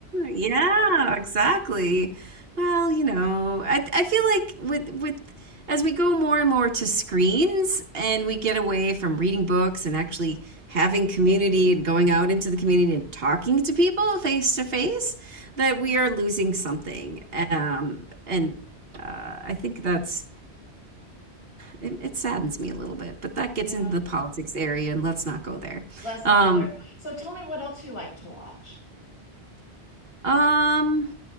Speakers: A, on the right; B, on the left.
A: Yeah, exactly. Well, you know, I I feel like with with as we go more and more to screens and we get away from reading books and actually having community and going out into the community and talking to people face to face, that we are losing something. Um, and uh, I think that's it, it saddens me a little bit, but that gets
B: Yeah.
A: into the politics area and let's not go there.
B: Let's not
A: Um,
B: go there. So tell me what else you like to watch.
A: um